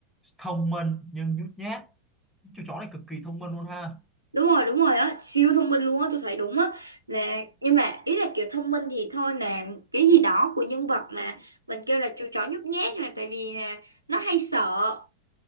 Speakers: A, in the centre; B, on the right.
A: thông minh nhưng nhút nhát chú chó này cực kỳ thông minh luôn ha
B: đúng rồi đúng rồi á siêu thông minh luôn á tôi thấy đúng á là nhưng mà ý là kiểu thông minh thì thôi là cái gì đó của nhân vật mà mình kêu là chú chó nhút nhát là tại vì là nó hay sợ